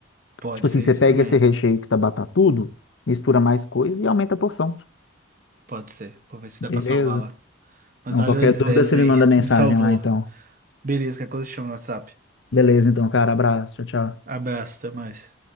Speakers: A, on the right; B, on the left.
A: Pode
B: Tipo assim,
A: ser
B: você
A: isso
B: pega
A: também,
B: esse recheio que tá batatudo, mistura mais coisa e aumenta a porção.
A: pode ser, vou ver se
B: Beleza?
A: dá pra salvar lá. Mas
B: Então,
A: valeu
B: qualquer
A: as
B: dúvida,
A: ideias
B: você
A: aí.
B: me manda mensagem
A: Me salvou.
B: lá, então.
A: Beleza, que coisa chama no WhatsApp.
B: Beleza, então, cara. Abraço. Tchau, tchau.
A: Abraço, até mais.